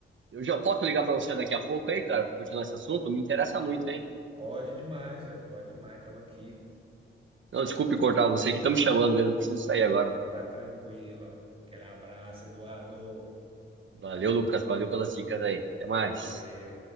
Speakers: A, on the right (about 70°); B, on the right (about 25°).
A: eu já posso ligar pra você daqui a pouco aí, cara, pra continuar esse assunto? Me interessa muito, hein?
B: Pode demais, velho. Pode demais. Tamo aqui.
A: Não, desculpe cortar você que estão me chamando mesmo. Eu preciso sair agora.
B: Tá tranquilo. ó. Aquele abraço, Eduardo.
A: Valeu, Lucas. Valeu pelas dicas aí. Até mais.
B: Valeu.